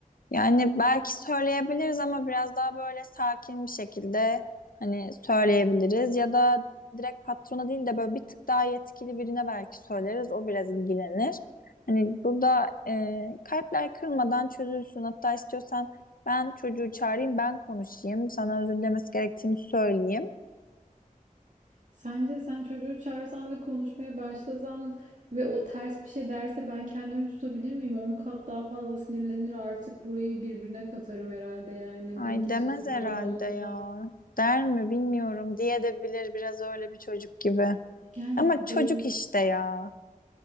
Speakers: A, on the left; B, on the right.
A: Yani belki söyleyebiliriz ama biraz daha böyle sakin bir şekilde hani söyleyebiliriz ya da direkt patrona değil de böyle bir tık daha yetkili birine belki söyleriz. O biraz ilgilenir. Hani burada e, kalpler kırılmadan çözülsün. Hatta istiyorsan ben çocuğu çağırayım, ben konuşayım. Sana özür dilemesi gerektiğini söyleyeyim.
B: Sence sen çocuğu çağırsan ve konuşmaya başlasan ve o ters bir şey derse ben kendimi tutabilir miyim? on kat daha fazla sinirlenir artık burayı birbirine katarım herhalde yani.
A: Ay
B: Beni kimse
A: demez
B: durduramaz
A: herhalde
B: o zaman.
A: ya. Der mi bilmiyorum. Diye de bilir biraz öyle bir çocuk gibi.
B: Yani
A: Ama
B: belli
A: çocuk işte ya.